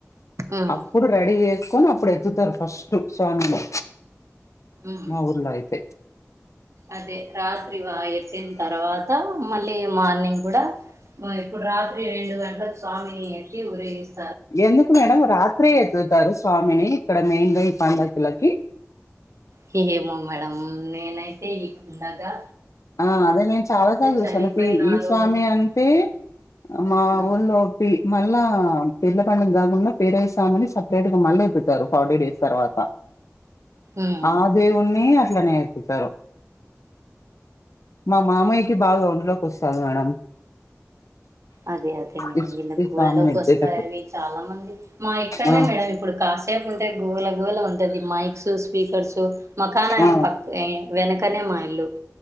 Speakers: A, on the right (about 65°); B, on the left (about 75°).
A: ఉమ్
B: అప్పుడు రెడీ చేసుకొని అప్పుడు ఎత్తుతారు ఫస్టు స్వామిని
A: ఉమ్
B: మా ఊర్లో అయితే
A: అదే రాత్రి వా ఎత్తిన్ తర్వాత మళ్ళీ మార్నింగ్ కూడా మ్ ఇప్పుడు రాత్రి రెండు గంటల్క్ స్వామని ఎత్తి ఊరేగిస్
B: ఎందుకు మేడం రాత్రే ఎత్తుతారు స్వామిని ఇక్కడ మెయిన్ గా ఈ పండగలకి.
A: హే ఏమో మేడం నేనైతే ఈ <inaudible> కుండగా
B: ఆ అదే నేను చాలా సార్లు చూసాను
A: చనిపోయినారు
B: పి ఈ స్వామి అంతే మా
A: ఉమ్
B: ఊళ్ళో. పి మళ్ళా పీర్ల పండగ గాకుండా పేరైస్వామని సపరేట్ గా మళ్ళి ఎత్తుతారు ఫార్టీ డేస్ తర్వాత.
A: ఉమ్
B: ఆ దేవుణ్ణీ అట్లనే ఎత్తుతారు. మా మామయ్యకి బాగా ఒంట్లోకి వస్తాది మేడం.
A: అదే అదే మేడం
B: ఇస్
A: వీళ్ళక్కుఒళ్ల్లోకి
B: ఇస్ కామన్ ఇచ్చేటప్పుడు
A: వస్తాయి అని చాలా మంది మా ఇక్కడనే
B: ఆ
A: మేడం ఇప్పుడు కాస్ టేప్ ఉంటే గోళ గోళ ఉంటది మైక్సు స్పీకర్సు మాకాన
B: ఆ
A: పక్క్ వే వెనకనే మా ఇల్లు